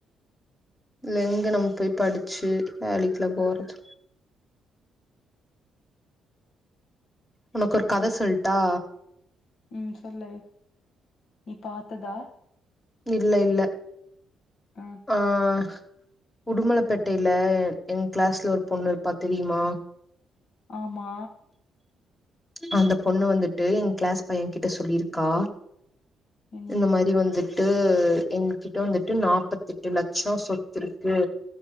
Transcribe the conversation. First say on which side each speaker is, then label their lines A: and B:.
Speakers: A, on the left; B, on the left.
A: லிங்கனம் போய் படிச்சு வேலைக்குல போறது உனக்கு ஒரு கதை சொல்ட்டா
B: உம் சொல்லு நீ பாத்ததா
A: இல்ல இல்ல
B: ஆ
A: ஆஹ் உடுமலைப்பேட்டையில எ கிளாஸ்ல ஒரு பொண்ணு இருப்பா தெரியுமா
B: ஆமா
A: அந்த பொண்ணு வந்துட்டு என் கிளாஸ் பையன் கிட்ட சொல்லியிருக்கா
B: என்னன்னு
A: இந்த மாரி வந்துட்டு எங்ககிட்ட வந்துட்டு நாப்பத்தி எட்டு லட்சம் சொத்து இருக்கு